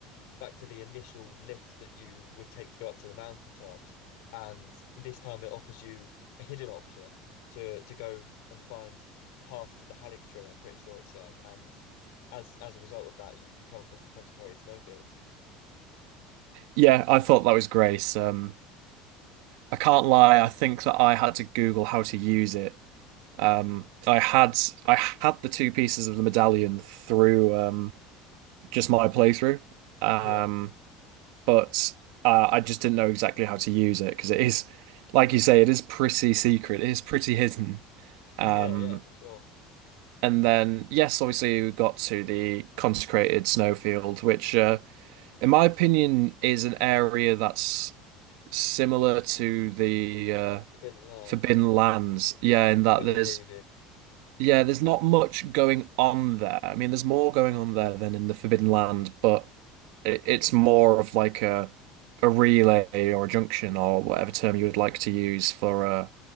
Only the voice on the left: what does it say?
back to the initial lift that you would take to go up to the mountaintops. And this time it offers you a hidden option to to go and find path to the Halleck tree, I'm pretty sure it said. And as as a result of that, you, you come across the consecrated snowfields.
Yeah,
yeah, yeah, for sure.
Forbidden lands.
Yeah,
I completely
agree with you.